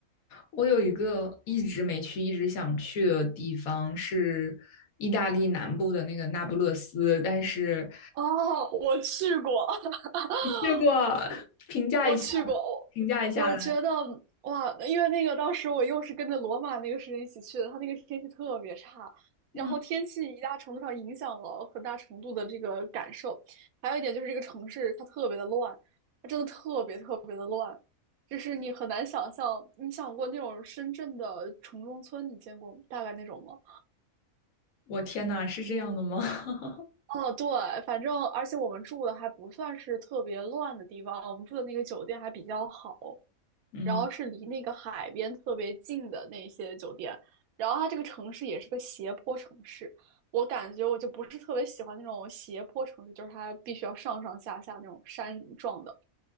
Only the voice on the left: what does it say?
我有一个一直没去，一直想去的地方是意大利南部的那个那不勒斯，但是
<laughs> 去过，评价一下，
评价一下来。
嗯。
我天呐，是这样的吗？<laughs>
嗯